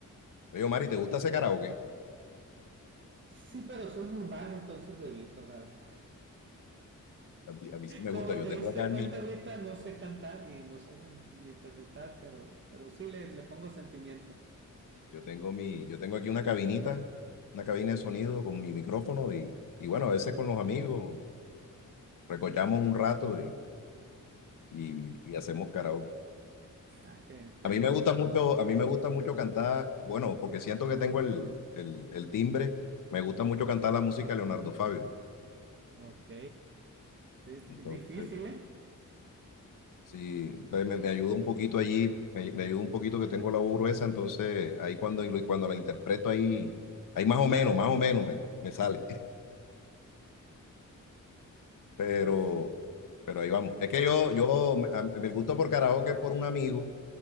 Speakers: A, on the left; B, on the right.
A: Yo digo, Mari, ¿te gusta ese karaoke?
B: Sí, pero soy muy malo, entonces lo evito, la verdad.
A: A mí, a mí sí me
B: Como
A: gusta, yo
B: te
A: tengo
B: diste
A: acá en
B: cuenta
A: mi,
B: ahorita, no sé cantar y no sé, bueno, ni interpretar, pero, pero sí le, le pongo sentimiento.
A: Yo tengo mi, yo tengo aquí una cabinita, una cabina de sonido con mi micrófono y, y bueno, a veces con los amigos recochamos un rato y, y, y hacemos karaoke.
B: Ah, que de
A: A mí
B: los...
A: me gusta mucho, a mí me gusta mucho cantar, bueno, porque siento que tengo el, el, el timbre, me gusta mucho cantar la música de Leonardo Fabio.
B: Ok. Sí,
A: Entonces,
B: difícil, ¿eh?
A: sí, entonces me, me ayuda un poquito allí, me, me ayuda un poquito que tengo la voz gruesa, entonces ahí cuando, cuando la interpreto ahí, ahí más o menos, más o menos me, me sale. pero,
B: Pues,
A: pero ahí vamos. Es que yo, yo, me- a- me gusto por karaoke es por un amigo.